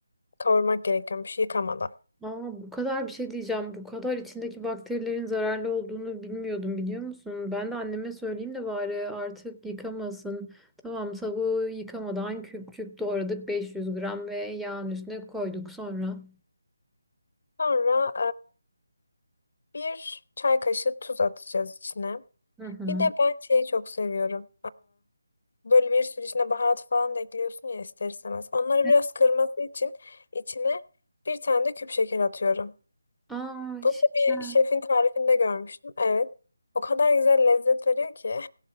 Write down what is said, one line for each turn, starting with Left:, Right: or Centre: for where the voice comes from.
Left: Kavurmak gerekiyormuş yıkamadan.
Centre: Aa, bu kadar bir şey diyeceğim. Bu kadar içindeki bakterilerin zararlı olduğunu bilmiyordum biliyor musun? Ben de anneme söyleyeyim de bari artık yıkamasın. Tamam tavuğu yıkamadan küp küp doğradık 500 gram ve yağın üstüne koyduk sonra.
Left: Sonra e, bir çay kaşığı tuz atacağız içine.
Centre: Hı hı.
Left: Bir de ben şeyi çok seviyorum. E, böyle bir sürü içine baharat falan da ekliyorsun ya ister istemez. Onları
Centre: Evet.
Left: biraz kırması için içine bir tane de küp şeker atıyorum.
Centre: Aa
Left: Bunu
Centre: şeker.
Left: da bir şefin tarifinde görmüştüm. Evet. O kadar güzel lezzet veriyor ki. <laughs>